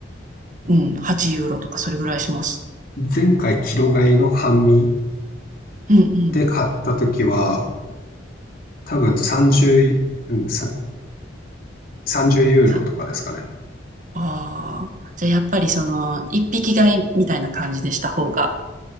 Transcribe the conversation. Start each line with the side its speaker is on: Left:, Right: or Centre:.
Right: うん、8ユーロとかそれぐらいします。
Left: 前回、キロ買いの半身
Right: うんうん。
Left: で、買った時は、多分30、うん、さ30ユーロとかですかね。
Right: さ、ああ。じゃあやっぱりその、一匹買いみたいな感じでした方が